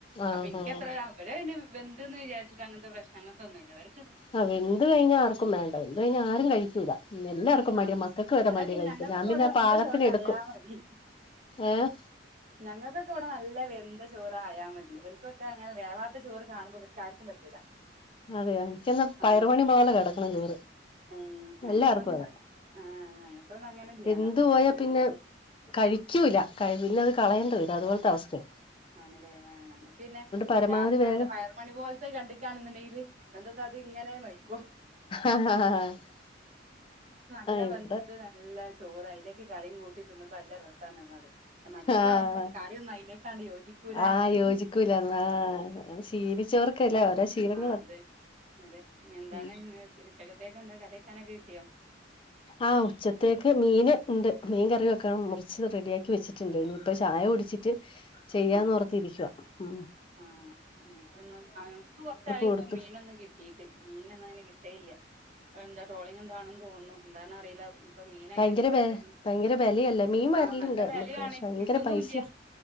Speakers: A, on the left; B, on the right.
A: ആഹ്
B: അപ്പൊ ഇൻക്കത്ര അവരയ്ന് വെന്ത്ന്ന് വിചാരിച്ചിട്ട് അങ്ങ പ്രശ്നം അങ്ങനത്തൊന്നുല്ല ഇവർ
A: ആ് വെന്ത് കഴിഞ്ഞാ ആർക്കും വേണ്ട വെന്ത് കഴിഞ്ഞാ ആരും കഴിക്കൂല എല്ലാർക്കും
B: ആ
A: മട്യ മക്കക്ക് വരെ
B: ഇവിടൊക്കെ
A: മട്യ കഴിക്കുന്നെ
B: ഞങ്ങൾക്കൊക്കെ
A: ഞാൻ പിന്നെ
B: ഇവിടെ വെന്ത
A: പാകത്തിന്
B: ചോറായാ
A: എടുക്കും
B: മതി
A: ഏഹ്
B: ഞങ്ങൾക്കൊക്കെ വ്ടെ നല്ല വെന്താ ചോറായാൽ മതി ഇവർക്കൊക്കെ അങ്ങനെ വേവാത്ത ചോറ് കാണുമ്പോ ഇവർക്ക് ആർക്കും പറ്റൂല
A: അതെയ എനിക്കന്നാ
B: ആ
A: പയറ് മണി പോലെ കെടക്കണം ചോറ്
B: ഏ ഞങ്ങൾക്കൊന്ന
A: എല്ലാർക്കും അതാ
B: ആ ഞങ്ങൾക്കൊന്നും അങ്ങനല്ല
A: വെന്ത്
B: ഞങ്ങൾക്ക്
A: പോയാ
B: നല്ലണം
A: പിന്നെ
B: എന്താ
A: കഴിക്കൂല കഴ പിന്ന അത് കളയൻ തില്ല അതുപോലത്തെ അവസ്ഥയോ
B: ആണ്ല്ലേ ഞങ്ങക്ക് പിന്നെ
A: പരമാവധി വേഗം
B: നല്ല പയർ മണി പോൽത്തെ കണ്ടിക്കാണ്ന്ന്ണ്ടെങ്കില് എന്തട്ടാ അത് ഇങ്ങനെ നോയിക്കോ
A: ആഹ്
B: നല്ല
A: ഇവിടെ
B: വന്ത് നല്ല ചോറ അയിലേക്ക് കറിം കൂ ക്കി തിന്നുമ്പോ നല്ല രസാണ്ന്ന് പറയും മറ്റേതാവുമ്പോ
A: ആഹ്
B: കറ്യൊന്നും <unintelligible> ാണ്ട് യോജിക്കൂലന്ന്
A: ആഹ്
B: പറയും
A: യോജിക്കൂലാന്ന് ആഹ് ശീലിച്ചവർക്കല്ലേ ഓരോ ശീലങ്ങളാ
B: ആ അതെ അതെ എന്താണ്
A: ഉം
B: ഉച്ചകത്തേക്കെ എന്താ കരക്കാനൊക്കെ കിട്ടിയോ
A: ആഹ് ഉച്ചത്തേക്ക് മീന് ഉണ്ട് മീൻ കറി വെക്കണം മുറിച്ചത് റെഡിയാക്കി വെച്ചിട്ടുണ്ട് ഇപ്പൊ ചായ കുടിച്ചിട്ട് ചെയ്യാന്ന്ോർത്തിരിക്കുവ
B: ആഹ്
A: ഉ
B: ആഹ് ഞങ്ങക്കൊന്നും കൊറച്ചായി
A: കൊടുത്തു
B: ഇപ്പ മീനൊന്നും കിട്ടീട്ട് മീനൊന്നു അങ്ങനെ കിട്ടേല്ല എന്താ ട്രോളിങ് എന്താണെന്ന് തോന്നുന്നു എന്താന്ന അറിയില്ല ഇപ്പൊ മീൻ അങ്ങനെ
A: ഭയങ്കര
B: കിട്ടാത്തന്ന്
A: വെ ഭയങ്കര വെലയല്ലേ മീൻ വരലുണ്ട്
B: ആഹ നല്ല വാല്യു
A: നമ്മക്ക് പക്ഷെ
B: ആണ്
A: ഭയങ്കര
B: കിട്ടുന്നുല്ല
A: പൈസയാ